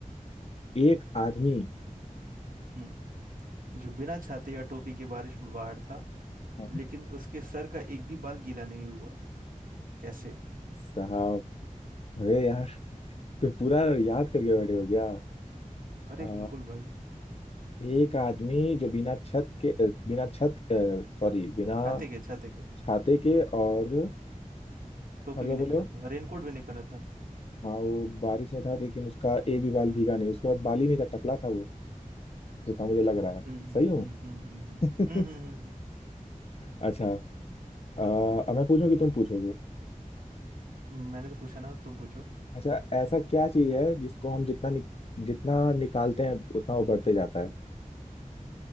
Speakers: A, on the left; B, on the right.
A: एक आदमी
B: हम्म जो बिना छाते या टोपी के बारिश में बाहर था
A: हाँ
B: लेकिन उसके सर का एक भी बाल गीला नहीं हुआ कैसे
A: साहब अरे यार तो पूरा याद करके बैठे हो गया
B: अरे
A: आ,
B: बिल्कुल भाई
A: एक आदमी जो बिना छत के अ, बिना छत सॉरी बिना
B: छाते के छाते के
A: छाते के और
B: टोपी
A: और क्या
B: भी
A: बोले
B: नहीं पहना
A: हो
B: था रेनकोट भी नहीं पहना था
A: हाँ वो बारिश में था लेकिन उसका एक भी बाल भीगा नहीं उसके बाद बाल ही नहीं था टकला था वो जितना मुझे लग रहा है
B: हम्म हम्म
A: सही हूँ
B: हम्म हम्म हम्म
A: <laughs>
B: हम्म हम्म, हम्म,
A: अच्छा अ, अब मैं पूछूं कि तुम पूछोगे
B: हम्म। मैंने तो पूछा ना अब तुम पूछो
A: अच्छा ऐसा क्या चीज है जिसको हम जितना नि, जितना निकालते हैं उतना वो बढ़ते जाता है